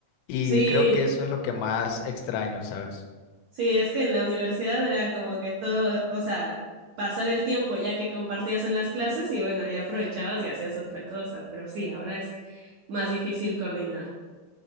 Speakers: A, on the left; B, on the right.
A: y
B: sí.
A: creo que eso es lo que más extraño, ¿sabes?
B: Sí, es que en la universidad era como que todo, o sea, pasar el tiempo ya que compartías en las clases y bueno, ahí aprovechabas y hacías otra cosa, pero sí, ahora es más difícil coordinar.